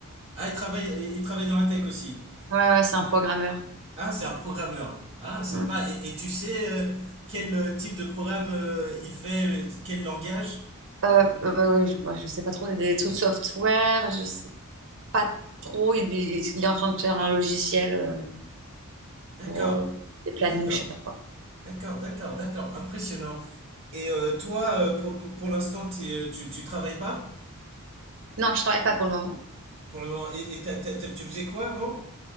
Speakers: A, on the right; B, on the right.
A: Ah, ils travaillent, ils travaillent dans la tech aussi.
B: Ouais, ouais, c'est un programmeur.
A: Ah, c'est un programmeur. Ah, sympa.
B: Mm.
A: Et, et tu sais euh, quel euh, type de programme euh, il fait, euh, quel langage?
B: Euh, euh, je, ouais, je sais pas trop, c'est des trucs software. Je sais pas trop. Il, il- il est en train de faire un logiciel euh,
A: D'accord,
B: pour euh, des plannings,
A: d'accord,
B: je sais pas quoi.
A: d'accord, d'accord, d'accord. Impressionnant. Et euh, toi, euh, pour, pour, pour l'instant, t'es, euh, tu, tu travailles pas
B: Non, je travaille pas pour le moment.
A: pour le moment. Et, et t'as- t'as- t'as- tu faisais quoi avant?